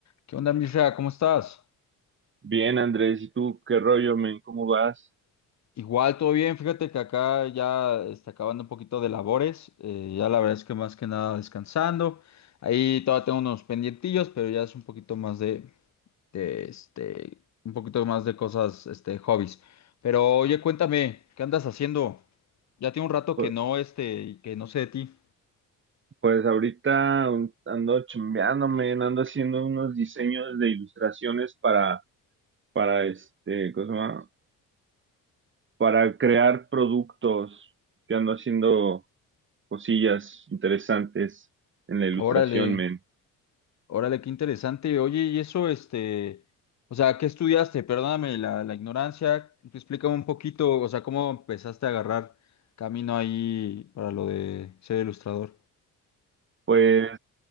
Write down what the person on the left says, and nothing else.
¿Qué onda, Mirza? ¿Cómo estás?
Igual, todo bien. Fíjate que acá ya está acabando un poquito de labores. eh, ya la verdad es que más que nada descansando. Ahí todavía tengo unos pendientillos, pero ya es un poquito más de, de, este, un poquito más de cosas, este, hobbies. Pero oye, cuéntame, ¿qué andas haciendo? Ya tiene un rato
que no, este, que no sé de ti.
Órale.
Órale, qué interesante. Oye, y eso, este, o sea, ¿qué estudiaste? Perdóname la, la ignorancia. Explícame un poquito, o sea, ¿cómo empezaste a agarrar camino ahí para lo de ser ilustrador?